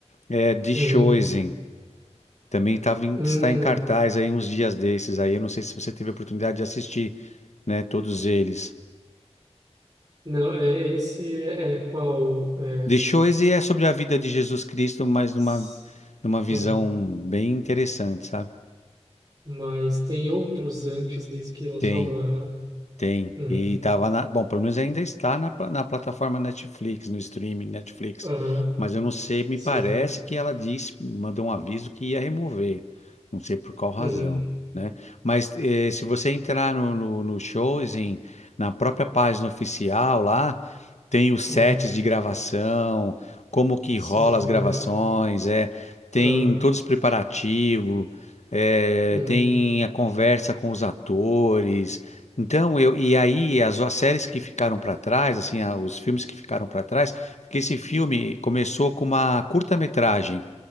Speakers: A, on the left (about 80°); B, on the right (about 40°).
A: é The Chosen.
B: uhum,
A: Também tava em-
B: hum.
A: está em cartaz aí uns dias desses. Aí eu não sei se você teve a oportunidade de assistir, né? Todos eles.
B: Não, é, esse é qual? é,
A: The Chosen é sobre a vida de Jesus Cristo, mas numa,
B: Sim,
A: numa visão bem interessante, sabe?
B: mas tem outros antes desse que lançou
A: Tem.
B: agora, não?
A: Tem.
B: Uhum,
A: E tava na. Bom, pelo menos ainda está na, pla- na plataforma Netflix, no streaming Netflix.
B: aham,
A: Mas eu não sei, me
B: sim,
A: parece que ela disse, mandou um aviso que ia remover. Não sei por qual razão,
B: uhum,
A: né? Mas eh, se você entrar no, no, no shows, em, na própria página oficial lá, tem os sets
B: uhum,
A: de gravação, como que
B: sim,
A: rola as gravações,
B: legal,
A: é, tem
B: aham,
A: todos os preparativos, eh,
B: uhum,
A: tem a conversa com os atores. Então, eu, e aí as, as séries que ficaram para trás, assim, a- os filmes que ficaram para trás, porque esse filme começou com uma curta-metragem